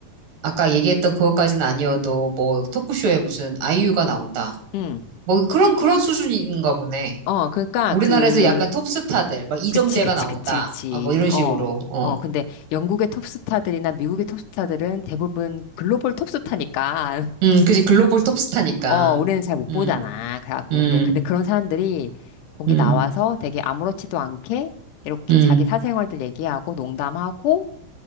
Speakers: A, on the right; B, on the left.
A: 아까 얘기했던 그것까진 아니어도, 뭐, 토크쇼에 무슨 아이유가 나온다.
B: 응.
A: 뭐, 그런, 그런 수준인가 보네.
B: 어, 그러니까
A: 우리나라에서
B: 그,
A: 약간 톱스타들, 막 이정재가
B: 그치, 그치,
A: 나온다.
B: 그치, 그치.
A: 아, 뭐, 이런 식으로,
B: 어.
A: 어.
B: 어, 근데 영국의 톱스타들이나 미국의 톱스타들은 대부분 글로벌 톱스타니까
A: 음, 그지. 글로벌 톱스타니까.
B: 어, 우리는 잘 못
A: 음,
B: 보잖아. 그래갖고,
A: 음,
B: 근데, 근데 그런 사람들이 거기
A: 음,
B: 나와서 되게 아무렇지도 않게 이렇게
A: 음,
B: 자기 사생활들 얘기하고 농담하고,